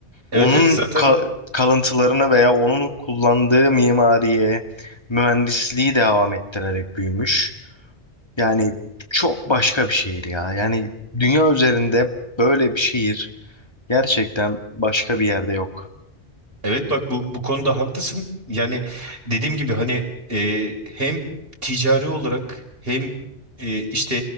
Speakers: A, on the right; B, on the left.
A: Evet
B: onun
A: evet zaten
B: ka- kalıntılarını veya onun kullandığı mimariye, mühendisliği devam ettirerek büyümüş. Yani çok başka bir şehir ya. Yani dünya üzerinde böyle bir şehir gerçekten başka bir yerde yok.
A: Evet bak bu bu konuda haklısın. Yani dediğim gibi hani e, hem ticari olarak hem e, işte